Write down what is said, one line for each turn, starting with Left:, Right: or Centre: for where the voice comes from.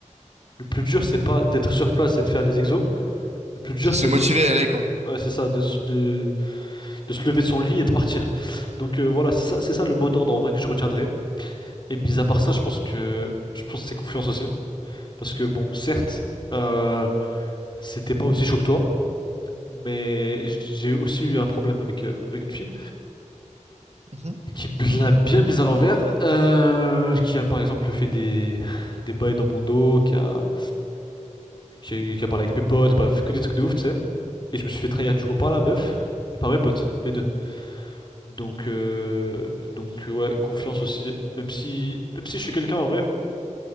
Left: Le plus dur, c'est pas d'être sur place et de faire les exos. Le plus dur,
Right: C'est de
Left: c'est
Right: se motiver
Left: de,
Right: à aller, quoi.
Left: ouais, c'est ça, de, de, de se lever de son lit et de partir. Donc euh, voilà, c'est ça, c'est ça le mot d'ordre en vrai que je retiendrai. Et mis à part ça, je pense que je pense que c'est confiance aussi, parce que bon, certes, euh, c'était pas aussi chaud que toi, mais j- j'ai aussi eu un problème avec euh, avec une fille
Right: Mhm.
Left: qui me l'a bien mise à l'envers, euh, qui a par exemple fait des des bails dans mon dos, qui a qui a, qui a parlé avec mes potes, bref, que des trucs de ouf, tu sais. Et je me suis fait trahir du coup par la meuf et par mes potes, les deux. Donc, euh, donc euh, ouais, confiance aussi. Même si, même si je suis quelqu'un en vrai,